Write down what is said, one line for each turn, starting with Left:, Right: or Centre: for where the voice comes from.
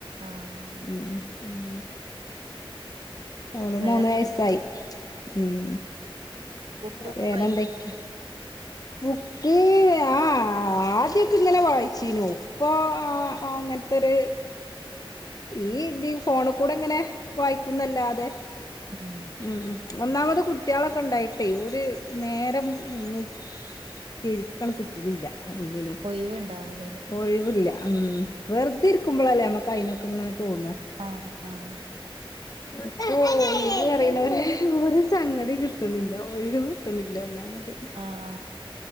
Right: ആഹ്
Left: ഉം ഉം ഓള്
Right: വേറെന്തൊക്കെ
Left: മൂന്ന് വയസായി ഉം
Right: ബുക്കൊക്കെ
Left: വേറെന്തൊക്കെ
Right: വായിക്കല്
Left: ബുക്ക്‌ ആഹ് ആദ്യൊക്കെ ഇങ്ങനെ വായിച്ചീനു ഇപ്പൊ അങ്ങനത്തൊരു ഈ ഇത് ഫോണ് കൂടെ ഇങ്ങനെ വായിക്കുംന്ന് അല്ലാതെ
Right: ഉം
Left: ഉം ഒന്നാമത് കുട്ടികളൊക്കെ ഉണ്ടായിട്ടേ ഒരു നേരം ഒന്ന് ശരിക്കണ് കിട്ട്ണില്ല ഒന്നിനും
Right: ഒയിവ്ഇണ്ടാവും
Left: ഒഴിവില്ല ഉം വെറുതെ ഇരിക്കുമ്പോളല്ലേ നമക്ക് അയിനൊക്കെ ഇങ്ങനെ തോന്നാ
Right: ആഹ് ആഹ്
Left: ഇപ്പൊ ഒഴിവ് പറയ്ണ ഒരു ഒരു സംഗതി കിട്ട്ണില്ല ഒഴിവ് കിട്ട്ന്നില്ല ഒന്നാമത്
Right: ആഹ